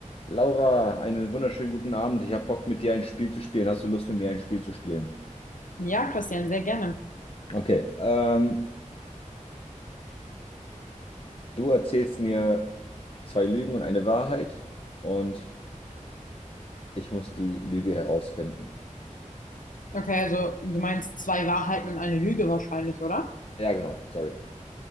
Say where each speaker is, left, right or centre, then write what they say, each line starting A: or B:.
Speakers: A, on the left; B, on the left.
A: Laura, einen wunderschönen guten Abend. Ich habe Bock, mit dir ein Spiel zu spielen. Hast du Lust, mit mir ein Spiel zu spielen?
B: Ja, Christian, sehr gerne.
A: Okay, ähm, du erzählst mir zwei Lügen und eine Wahrheit und ich muss die Lüge herausfinden.
B: Okay, also du meinst zwei Wahrheiten und eine Lüge wahrscheinlich, oder?
A: Ja, genau, sorry.